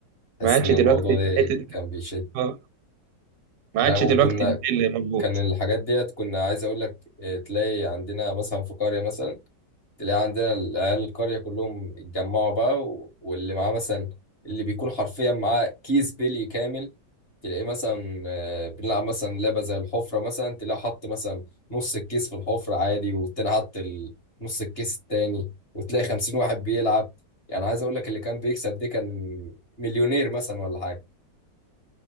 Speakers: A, on the left; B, on the right.
A: تحس
B: ما عادش
A: ان
B: دلوقتي
A: الموضوع ده
B: حته
A: كان بيشد
B: آه، ما
A: لا
B: عادش
A: وكنا
B: دلوقتي البيل موجود
A: كان الحاجات ديت كنا عايز اقول لك إيه، تلاقي عندنا مثلا في قرية مثلا تلاقي عندنا العيال القرية كلهم اتجمعوا بقى و- واللي معاه مثلا اللي بيكون حرفيا معاه كيس بيلي كامل تلاقيه مثلا آه، بنلعب مثلا لعبة زي الحفرة مثلا تلاقيه حط مثلا نص الكيس في الحفرة عادي والتاني حط ال- نص الكيس التاني وتلاقي خمسين واحد بيلعب يعني عايز اقول لك اللي كان بيكسب دي كان مليونير مثلا ولا حاجة